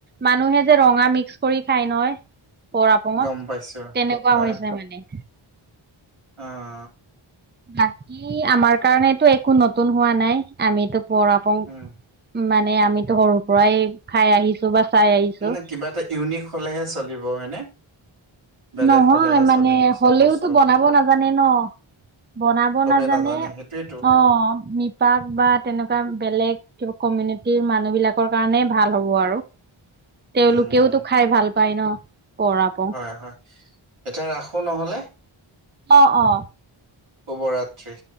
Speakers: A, on the right; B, on the right.
A: মানুহে যে ৰঙা মিক্স কৰি খায় নহয়। পৰ আপঙত
B: গম পাইছো
A: তেনেকুৱা
B: হয়
A: হৈছে মানে।
B: অ'।
A: বাকী আমাৰ কাৰনেটো একো নতুন হোৱা নাই আমিতো পৰ আপং।
B: উম
A: মানে আমিতো সৰুৰ পৰাই খাই আহিছো বা চাই আহিছো
B: ন কিবা এটা ইউনিক হলেহে চলিব হয়নে? বেলেগ
A: নহয়
B: হলেহে
A: মানে
B: চলিব
A: হলেওতো
B: চব বস্তু।
A: বনাব নাজানে ন! বনাব
B: চবে
A: নাজানে
B: সেইটোৱেতো
A: অ। প বা তেনেকুৱা বেলেগ কিবা কমিউনিটিৰ মানুহ বিলাকৰ কাৰণে ভাল হ'ব আৰু। তেওঁলোকেওতো
B: উম
A: খাই ভাল পায় ন পৰাপ।
B: হয় হয়। এতিয়া ৰাখোঁ নহ'লে?
A: অ অ।
B: শুভৰাত্ৰি।